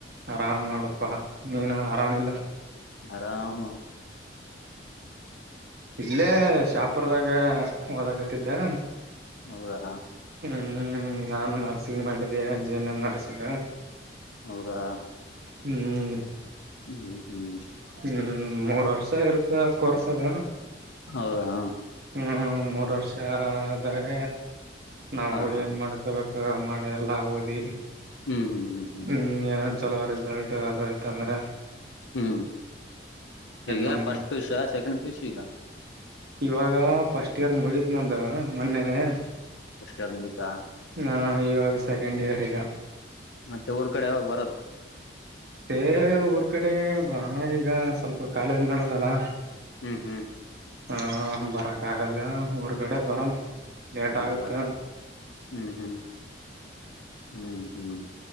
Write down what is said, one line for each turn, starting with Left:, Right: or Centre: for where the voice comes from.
Right: ಆರಾಮ್ ನೋಡಪ್ಪಾ ನೀನು ಆರಾಮಿಲ್ಲ.
Left: ಆರಾಮ.
Right: ಇಲ್ಲೇ ಶಾಪುರದಾಗ. ಹಓದಕತಿದ್ದೆ.
Left: ಹೌದಾ.
Right: ಹ್ಮ್ ನಾನು ನರ್ಸಿಂಗ್ ಮಾಡಿದ್ದೆ ಜೀವನ್ ನರ್ಸಿಂಗ.
Left: ಹೌದಾ.
Right: ಹ್ಮ್.
Left: ಹ್ಮ್್ಮ ಹ್ಮ್್ಮ್.
Right: ಹ್ಮ್ ಮೂರ್ ವರ್ಷ ಇರುತ್ತ ಕೋರ್ಸದ.
Left: ಹೌದಾ ಹಾ
Right: ಹ್ಮ್ ಮೂರ್ ವರ್ಷ ಆದಾಗ. ನಾವು
Left: ಹಾ
Right: ಏನ್ ಮಾಡಕೊಬೇಕು ಮಾಡೆ ಎಲ್ಲಾ ಓದಿ
Left: ಹ್ಮ್ ಹ್ಮ್ ಹ್ಮ್ ಹ್ಮ್
Right: ಹ್ಮ. ಚಲೋ ರಿಸಲ್ಟ್ ಅ ಆಯ್ತ ಅಂದ್ರೆ.
Left: ಹ್ಮ್ ಈಗ
Right: ನಮ್
Left: ಫಸ್ಟ್ ಪೀಸ್ ಸೆಕೆಂಡ್ ಪೀಸ್ ಈಗ.
Right: ಇವಾಗ ಫಸ್ಟ್ ಇಯರ್ ಮುಗತ್ ನಂದು ಮೊನ್ನೆನೆ.
Left: ಕಷ್ಟ ಮಿತಾ.
Right: ಹಾ ಇವಾಗ ಸೆಕೆಂಡ್ ಇಯರ್ ಈಗ.
Left: ಮತ್ತೆ ಊರ್ ಕಡೆ ಯಾವಾಗ ಬರದು.
Right: ಹೇ ಊರ್ ಕಡೆ ಬಣ ಈಗ ಸ್ವಲ್ಪ ಕಾಲೇಜ್ ನಡದಲ್ಲ.
Left: ಹ್ಮ್ ಹ್ಮ್
Right: ಹ ಬರಕ್ ಆಗಲ್ಲ ಊರ್ಗಡೆ ಬರಂ. ಲೇಟ್
Left: ಹೌದಾ
Right: ಆಗತ್ತ
Left: ಹ್ಮ್ ಹ್ಮ್ ಹ್ಮ್ ಹ್ಮ್.